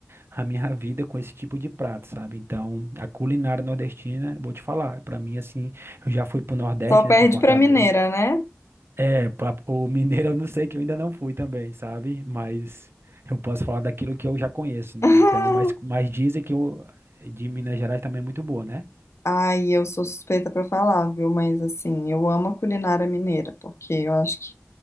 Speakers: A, on the right (about 60°); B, on the left (about 80°).
A: a minha vida com esse tipo de prato, sabe? Então, a culinária nordestina, vou te falar, pra mim assim, eu já fui pro Nordeste,
B: Só perde
A: né, pra Fortaleza.
B: pra mineira, né?
A: É, pra- o mineiro eu não sei que eu ainda não fui também, sabe? Mas eu posso falar daquilo que eu já conheço, né?
B: <laughs>
A: Então, mas, mas dizem que o de Minas Gerais também é muito boa, né?
B: Ai, eu sou suspeita pra falar, viu? Mas assim, eu amo a culinária mineira, porque eu acho que,